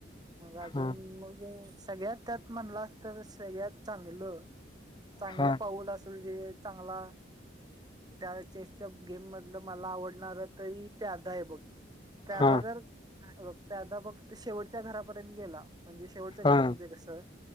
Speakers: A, on the right (about 20°); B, on the left (about 25°).
A: मग अजून
B: हा
A: मगं सगळ्यात त्यात म्हणलास तर सगळ्यात चांगलं चांगलं
B: हा
A: पाऊल असेल जे चांगला त्या चेसच्या गेम मधलं मला आवडणार तरी प्याद आहे बग. प्यादा
B: हा
A: जर अं प्यादा बघ शेवटच्या घरापर्यंत गेला. म्हणजे शेवटचं
B: हा
A: घर म्हणजे कसं